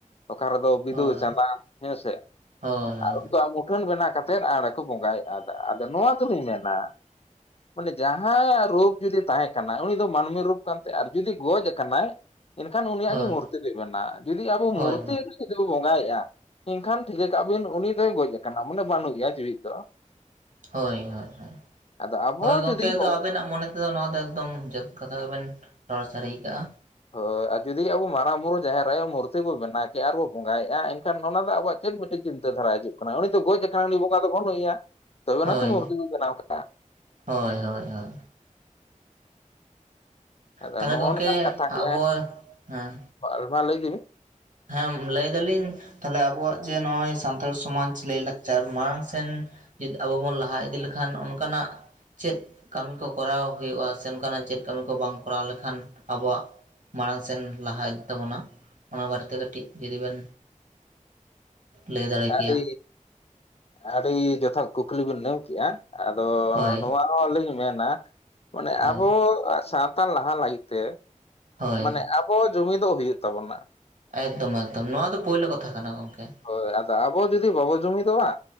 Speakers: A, on the left; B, on the right.
A: ᱚᱠᱟ ᱨᱮᱫᱚ ᱵᱤᱫᱩ
B: ᱦᱳᱭ
A: ᱪᱟᱸᱫᱟᱱ ᱦᱮᱥᱮ
B: ᱦᱳᱭ ᱦᱳᱭ
A: ᱟᱨ ᱩᱱᱠᱩᱣᱟᱜ᱾ ᱢᱩᱴᱷᱟᱹᱱ ᱵᱮᱱᱟ ᱠᱟᱛᱮᱜ ᱟᱨᱚ ᱠᱚ ᱵᱚᱸᱜᱟᱭᱮᱫᱼᱟ ᱟᱫᱚ ᱟᱫᱚ ᱱᱚᱣᱟ ᱫᱚᱞᱤᱧ ᱢᱮᱱᱟ᱾ ᱩᱱᱤ ᱡᱟᱦᱟᱭ‌ ᱨᱩᱯ ᱡᱩᱫᱤ ᱛᱟᱦᱮᱸ ᱠᱟᱱᱟ ᱩᱱᱤ ᱫᱚ ᱢᱟᱹᱱᱢᱤ ᱨᱩᱯ ᱠᱟᱱ ᱛᱮ ᱟᱨ ᱡᱩᱫᱤ ᱜᱚᱡ ᱟᱠᱟᱱᱟᱭ᱾ ᱮᱱᱠᱷᱟᱱ ᱩᱱᱤᱭᱟᱜ
B: ᱦᱳᱭ
A: ᱜᱮ ᱢᱩᱨᱛᱤ ᱫᱚᱭ ᱵᱮᱱᱟᱜᱼᱟ ᱡᱩᱫᱤ ᱟᱵᱚ
B: ᱦᱳᱭ
A: ᱢᱩᱨᱛᱤ ᱡᱩᱫᱤ ᱵᱚᱱ ᱵᱚᱸᱜᱟᱭᱮᱜᱼᱟ᱾ ᱮᱱᱠᱷᱟᱱ ᱴᱷᱤᱠᱟᱹ ᱠᱟᱜ ᱵᱤᱱ ᱩᱱᱤ ᱫᱚᱭ ᱜᱚᱡ ᱟᱠᱟᱱᱟ ᱢᱟᱱᱮ ᱵᱟᱹᱱᱩᱜ ᱮᱭᱟ ᱡᱤᱣᱤᱫ ᱫᱚ᱾
B: ᱦᱳᱭ ᱦᱳᱭ ᱦᱳᱭ
A: ᱟᱫᱚ ᱟᱵᱚ
B: ᱦᱳᱭ ᱜᱚᱝᱠᱮ
A: ᱡᱩᱫᱤ
B: ᱟᱫᱚ
A: ᱦᱳᱭ
B: ᱟᱵᱤᱱᱟᱜ᱾ ᱢᱚᱱᱮ ᱛᱮᱫᱚ ᱱᱚᱣᱟ ᱫᱚ ᱮᱠᱫᱚᱢ ᱡᱚᱥ ᱠᱟᱛᱷᱟ ᱜᱮᱵᱮᱱ ᱨᱚᱲ ᱥᱟᱹᱨᱤ ᱠᱟᱜ-ᱟ᱾
A: ᱦᱳᱭ ᱟᱨ ᱡᱩᱫᱤ ᱟᱵᱚ ᱢᱟᱨᱟᱝ ᱵᱩᱨᱩ ᱡᱟᱦᱮᱨ ᱟᱭᱳ ᱢᱩᱨᱛᱤ ᱵᱚ ᱵᱮᱱᱟᱣ ᱠᱮᱭᱟ ᱟᱨᱵᱚ ᱵᱚᱸᱜᱟᱭᱮᱜ-ᱟ ᱮᱱᱠᱷᱟᱱ ᱚᱱᱟ ᱨᱮᱱᱟᱜ ᱟᱵᱚᱣᱟᱜ ᱪᱮᱫ ᱢᱤᱫᱴᱤᱡ᱾ ᱪᱤᱱᱛᱟᱹ ᱫᱷᱟᱨᱟ ᱦᱤᱡᱩᱜ ᱠᱟᱱᱟ ᱩᱱᱤ ᱛᱚ ᱜᱚᱡ ᱟᱠᱟᱱ ᱩᱱᱤ ᱵᱚᱸᱜᱟ ᱫᱚ ᱵᱟᱹᱱᱩᱜ ᱮᱭᱟ ᱛᱚᱵᱮ
B: ᱦᱳᱭ
A: ᱱᱟᱛᱚ ᱢᱩᱨᱛᱤ ᱵᱚ ᱵᱮᱱᱟᱣ ᱠᱟᱜ᱾
B: ᱦᱳᱭ ᱦᱳᱭ ᱦᱳᱭ᱾
A: ᱟᱫᱚ
B: ᱛᱟᱦᱚᱞᱮ
A: ᱱᱚᱜ-ᱚ
B: ᱜᱚᱝᱠᱮ
A: ᱱᱚᱝᱠᱟᱱ ᱠᱟᱛᱷᱟ
B: ᱟᱵᱚ
A: ᱜᱮ
B: ᱦᱮᱸ
A: ᱦᱟᱸᱜ ᱢᱟ ᱞᱟᱹᱭ ᱤᱫᱤ ᱵᱤᱱ᱾
B: ᱦᱮᱸ ᱞᱟᱹᱭ ᱫᱟᱞᱤᱧ ᱛᱟᱦᱟᱞᱮ ᱵᱚᱣᱟᱜ ᱡᱮ ᱱᱚᱜ-ᱚᱭ ᱥᱟᱱᱛᱟᱲ ᱥᱚᱢᱟᱡᱽ ᱞᱟᱹᱭ ᱞᱟᱠᱪᱟᱨ ᱢᱟᱲᱟᱝ ᱥᱮᱱ᱾ ᱡᱩᱫᱤ ᱟᱵᱚ ᱵᱚᱱ ᱞᱟᱦᱟ ᱤᱫᱤ ᱞᱮᱠᱷᱟᱱ ᱚᱱᱠᱟ ᱱᱟᱜ᱾ ᱪᱮᱫ ᱠᱟᱢᱤ ᱠᱚ ᱠᱚᱨᱟᱣ ᱦᱩᱭᱩᱜᱼᱟ ᱥᱮ ᱚᱱᱠᱟ ᱱᱟᱜ ᱪᱮᱫ ᱠᱟᱢᱤ ᱠᱚ ᱵᱟᱝ ᱠᱚᱨᱟᱣ ᱞᱮᱠᱷᱟᱱ ᱟᱵᱚᱣᱟᱜ᱾ ᱢᱟᱲᱟᱝ ᱥᱮᱱ ᱞᱟᱦᱟ ᱤᱫᱤᱜ ᱛᱟᱵᱚᱱᱟ ᱚᱱᱟ ᱵᱟᱨᱮᱛᱮ ᱠᱟᱹᱴᱤᱡ ᱡᱩᱫᱤ ᱵᱮᱱ᱾ ᱞᱟᱹᱭ ᱫᱟᱲᱮ
A: ᱟᱰᱤ
B: ᱠᱮᱭᱟ
A: ᱟᱰᱤ ᱡᱚᱛᱷᱟᱛ ᱠᱩᱠᱞᱤ ᱵᱮᱱ ᱢᱮᱱ ᱠᱮᱜ-ᱟ᱾ ᱟᱫᱚ
B: ᱦᱳᱭ
A: ᱱᱚᱣᱟ ᱦᱚᱸᱞᱤᱧ ᱢᱮᱱᱟ ᱢᱟᱱᱮ
B: ᱦᱳᱭ
A: ᱟᱵᱚᱣᱟᱜ ᱥᱟᱛ᱾ <unintelligible> ᱞᱟᱦᱟ ᱞᱟᱜᱤᱫ ᱛᱮ
B: ᱦᱳᱭ
A: ᱢᱟᱱᱮ ᱟᱵᱚ ᱡᱩᱢᱤᱫᱚᱜ ᱦᱩᱭᱩᱜ ᱛᱟᱵᱚᱱᱟ᱾
B: ᱮᱠᱫᱚᱢ ᱮᱠᱫᱚᱢ ᱱᱚᱣᱟ ᱫᱚ ᱯᱳᱭᱞᱳ ᱠᱟᱛᱷᱟ ᱠᱟᱱᱟ ᱜᱚᱝᱠᱮ᱾
A: ᱦᱳᱭ ᱟᱫᱚ ᱟᱵᱚ ᱡᱩᱫᱤ ᱵᱟᱵᱚ ᱡᱩᱢᱤᱫᱚᱜ-ᱟ